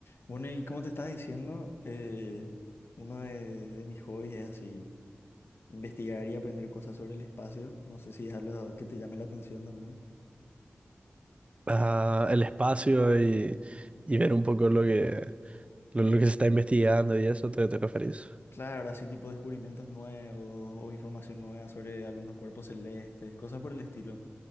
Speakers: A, on the left (about 70°); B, on the right (about 30°).
A: Bueno, y como te estaba diciendo, eh, uno de, de mis hobbies es así, investigar y aprender cosas sobre el espacio. No sé si es algo que te llame la atención también.
B: ah, el espacio y, y ver un poco lo que, lo, lo que se está investigando y eso, ¿te, te referís?
A: Claro, así tipo descubrimientos nuevos o información nueva sobre algunos cuerpos celestes, cosas por el estilo.